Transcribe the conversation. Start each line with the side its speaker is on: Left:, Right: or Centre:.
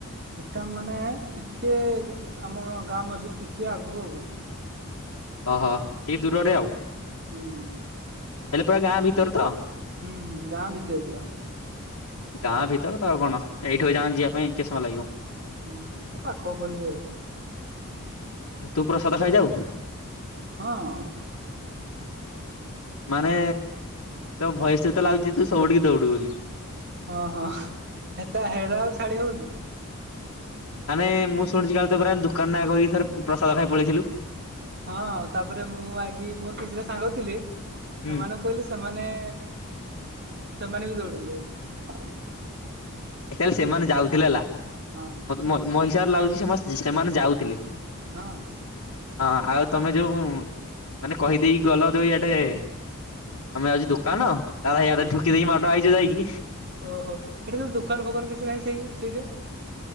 Right: ଏକାମ୍ ମାନେ ଟିକେ ଆମ ଗାଁ ମଝିରୁ ଟିକେ ଆଗୁକୁ ଆଉ ।
Left: ଓହୋ ଟିକେ ଦୂରରେ ଆଉ ।
Right: ହୁଁ ।
Left: ହେଲେ ପୁରା ଗାଁ ଭିତରେ ତ ।
Right: ହୁଁ ହୁଁ ଗାଁ ଭିତରେ ପୁରା ।
Left: ଗାଁ ଭିତର ତ ଆଉ କଣ ଏଇଠି ଏଇଯାକେଁ ଯିବା ପାଇଁ କେତେ ସମୟ ଲାଗିବ ।
Right: ହୁଁ ଏ ପାଖ ଗଲି ରେ ।
Left: ତୁ ପ୍ରସାଦ ଖାଇଯାଉ ।
Right: ହଁ ।
Left: ମାନେ ତୋ ଭୟସରୁ ତ ଲାଗୁଛି ତୁ ସବୁଠିକି ଦୌଡୁ ବୋଲି ।
Right: ହଁ ହଁ ହେତା ହେରା ଆଉ ଛାଡି ହବ କି?
Left: ମାନେ ମୁଁ ଶୁଣିଛି କାଳେ ତୁ ପରା ଦୁକାନ କହିକି ଥରେ ପ୍ରସାଦ ଖାଇ ପଳେଇଥିଲୁ ।
Right: ହଁ ତାପରେ ମୁଁ ଆଇକି ମୋର କିଛିଟା ସାଙ୍ଗଥିଲେ ।
Left: ହୁଁ
Right: ସେମାନଙ୍କୁ କହିଲି ସେମାନେ ସେମାନେ ବି ଦୌଡିଲେ ।
Left: ଆକଚୁଆଲି ସେମାନେ ଯାଉଥିଲେ ହେଲା ।
Right: ହଁ
Left: ମତେ ମୋ ମୋ ହିସାବେ ରେ ଲାଗୁଛି ସେ ମୋ ସ୍ ସେମାନେ ଯାଉଥିଲେ
Right: ହଁ
Left: । ହଁ ଆଉ ତମେ ଯୋଉ ମାନେ କହି ଦେଇକି ଗଲ ଯୋଉ ଏଠେ । ଆମେ ଯାଉଛୁ ଦୁକାନ ତାର ହିଆଡେ
Right: ହଁ।
Left: ଠୁକି ଦେଇକି ମାଡ ଆଇଛ ଯାଇକି ।
Right: ଓହୋ ଏଠି ତ ଦୋକାନ ଫୋକାନ କିଛି ନାହିଁ ସେଇ ସେଇଠେ ।